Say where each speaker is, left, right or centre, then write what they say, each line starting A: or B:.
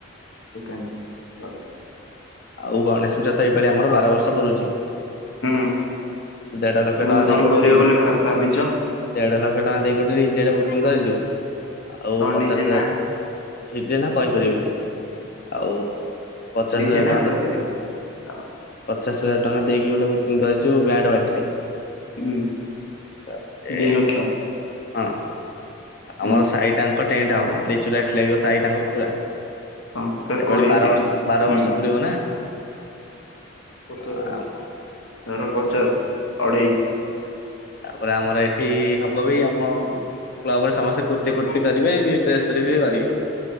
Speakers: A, on the left; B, on the left.
A: <unintelligible> <unintelligible>
B: ଆଉ ଗଣେଶ ପୂଜା ତ ଏଇପାଳି ଆମର ବାର ବର୍ଷ ପୁରୁଛି।
A: ହୁଁ
B: ଦେଢ ଲକ୍ଷ
A: ଏମିତି
B: ଟଙ୍କା
A: କଣ
B: ଦେଇକି
A: କରିବ
B: ଗୋଟେ <unintelligible>
A: ବୋଲି ଭାବ ଭାବିଛ
B: ଦେଢ ଲକ୍ଷ ଟଙ୍କା ଦେଇକି ଗୋଟେ ଡିଜେ ଟେ ବୁକିଂ କରିଛୁ। ଆଉ
A: କଣ
B: ପଚାଶ
A: ଡିଜେ ନା
B: ହଜାର ଠିକ୍ ଯେ ନା କହିପାରିବିନି। ଆଉ ପଚାଶ
A: ଡିଜେ
B: ହଜାର
A: ନା କହିପାରିବିନି ଆଉ।
B: ପଚଶ ହଜାର ଟଙ୍କା ଦେଇକି ଗୋଟେ ବୁକିଂ କରିଛୁ ବ୍ୟାଣ୍ଡ ପାଟିଟେ।
A: ହୁଁ
B: ତାପରେ
A: ଦି ଲକ୍ଷ
B: ହଁ।
A: ହୁଁ
B: ଆମର ସାହି ଟାଙ୍କ ଟେଣ୍ଟ ହବ ଲିଚୁ ଲାଇଟ୍ ଲାଗିବ ସାଇ ଟାଙ୍କ ପୁରା।
A: ଟଙ୍କା
B: ଏପାଳି
A: କୋଡିଏ
B: ବାର
A: ତିରିଶ
B: ବର୍ଷ ବାର ବର୍ଷ।
A: ହୁଁ
B: ପୁରିବ ନା
A: ପଚାଶ
B: ହଁ
A: ହଜାର ଧର ପଚାଶ ଅଡ଼େଇ
B: ତାପରେ ଆମର ଏଠି ହବ ବି ଆମ କ୍ଲବ ରେ ସମସ୍ତେ କୁର୍ତ୍ତି ଫୁର୍ତି କରିବେ ଡ୍ରେସ <unintelligible>